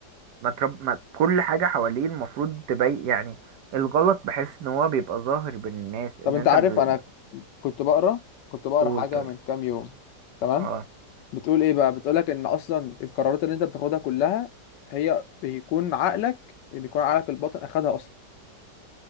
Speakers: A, on the right (about 75°); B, on the left (about 80°).
A: ما ترب... ما كل حاجة حواليه المفروض تبين يعني الغلط بحس ان هو بيبقى ظاهر بين الناس ان
B: طب انت
A: انت
B: عارف
A: ب...
B: انا ك- كنت بقرا كنت بقرا
A: قول
B: حاجه
A: طيب
B: من كام يوم تمام
A: اه
B: بتقول ايه بقى بتقولك ان اصلا القرارات اللي انت بتاخدها كلها هي بيكون عقلك بيكون عقلك الباطن اخدها اصلا